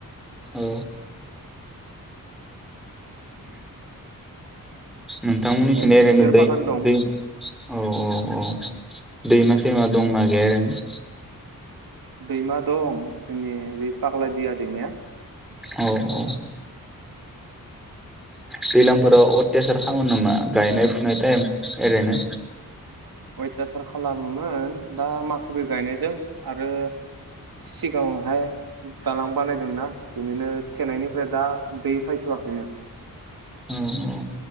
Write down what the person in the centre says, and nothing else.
औ नोंथांमोनिथिंजाय
ओरैनो
दै
दै औ औ औ दैमा सैमा दंना गैया ओरैनो ना
औ औ। दैज्लांफोराव अयतासार खालामो नामा गायनाय फुनाय टाइम ओरैनो
औ औ